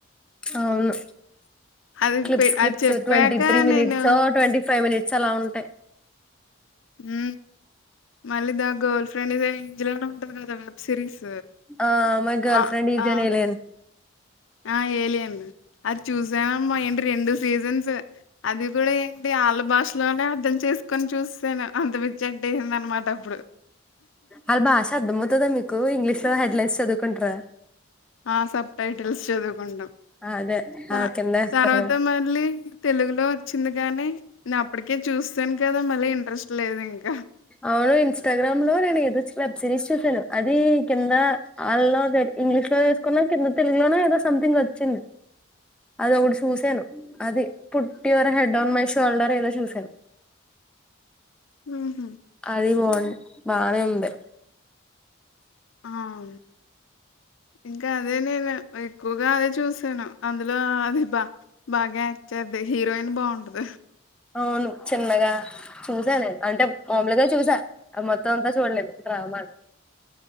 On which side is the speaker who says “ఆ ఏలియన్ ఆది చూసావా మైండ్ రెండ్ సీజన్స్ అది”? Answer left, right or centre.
Left